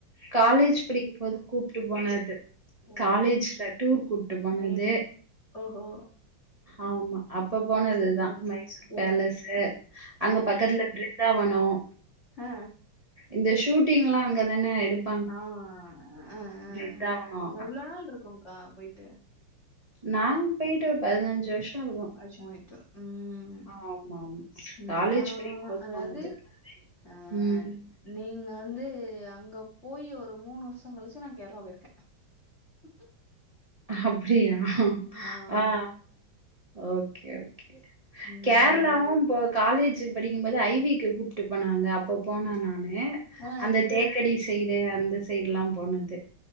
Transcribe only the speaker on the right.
காலேஜ் படிக்கும்போது கூப்ட்டு போனது
காலேஜ்ல டூர் கூப்ட்டு போனது
ஆமா அப்ப போனதுதா
மைசூர் பேலஸ்ஸு
அங்க
பிருந்தாவனம்
இந்த ஷூட்டிங் எல்லா அங்கதான எடுத்
பிருந்தாவனோ
நாங்க போயிட்டு ஒரு பதினஞ்சு வருஷோ இருக்கு
ஆமா ஆமா
காலேஜ் படிக்கும்போது
போனது
ம்
அப்டியா
ஆ ஆ ஓகே ஓகே
கேர் ளாவு இப்போ காலேஜ் படிக்கும்போது ஐவிக்கு கூப்ட்டு போனாங்க அப்போ போன நானு
அந்த தேக்கடி சைடு அந்த சைடுலா போனது